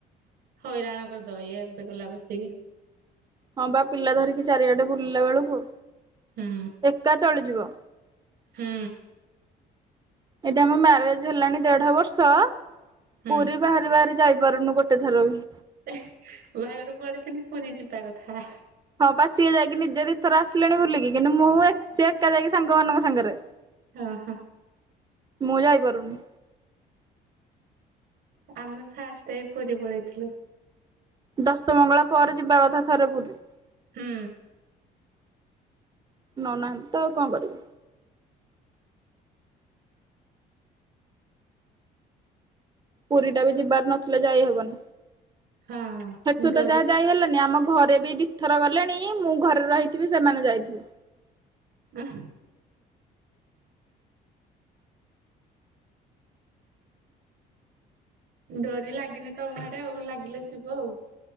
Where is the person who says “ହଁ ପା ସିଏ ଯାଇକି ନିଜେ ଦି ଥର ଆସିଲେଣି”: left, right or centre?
Right